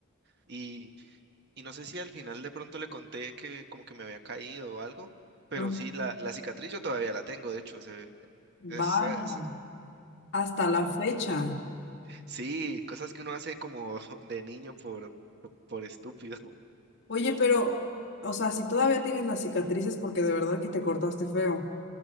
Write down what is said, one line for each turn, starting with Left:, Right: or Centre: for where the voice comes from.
Right: Y, y no sé si al final de pronto le conté que como que me había caído o algo, pero
Left: ajá.
Right: sí, la, la cicatriz yo todavía la tengo, de hecho. se- es-
Left: Vaya,
Right: es-
Left: hasta la fecha.
Right: sí, cosas que uno hace como <laughs> de niño por, por estúpido.
Left: Oye, pero, o sea, si todavía tienes las cicatrices porque de verdad que te cortaste feo.